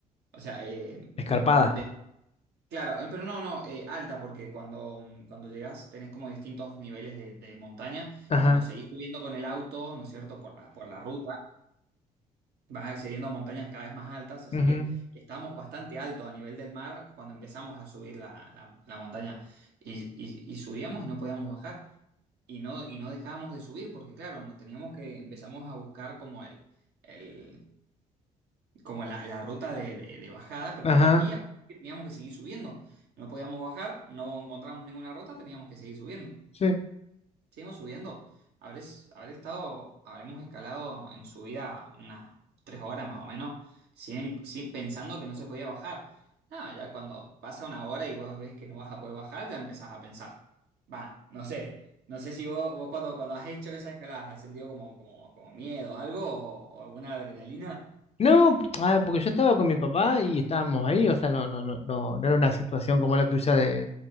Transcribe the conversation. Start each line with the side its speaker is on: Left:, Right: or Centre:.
Right: O sea, eh,
Left: Escarpada.
Right: obviamente, claro, eh, pero no, no, eh, alta, porque cuando, mm, cuando llegas tenés como distintos niveles de, de montaña.
Left: Ajá.
Right: Cuando seguís subiendo con el auto, ¿no es cierto?, por la, por la ruta, vas accediendo a montañas cada vez más altas, así
Left: ujú,
Right: que estábamos bastante alto a nivel del mar cuando empezamos a subir la, la- la montaña. y y- y subíamos y no podíamos bajar. Y no, y no dejábamos de subir, porque claro, nos teníamos que, empezamos a buscar como el, el- como la, la ruta de, de- de bajada, pero
Left: Ajá.
Right: no la veíamos. Teníamos que seguir subiendo. No podíamos bajar, no encontramos ninguna ruta, teníamos que seguir subiendo.
Left: Sí.
Right: Seguimos subiendo. Habrés, habré estado, habremos escalado en subida unas tres horas más o menos, sin, sin- pensando que no se podía bajar. No, ya cuando pasa una hora y vos ves que no vas a poder bajar, ya empezás a pensar. Va, no sé. No sé si vos, vos cuando, cuando has hecho esas escaladas has sentido como, como, como miedo, algo o, o alguna adrenalina.
Left: No, a ver, porque yo estaba con mi papá y estábamos ahí, o sea, no, no, no, no, no era una situación como la tuya de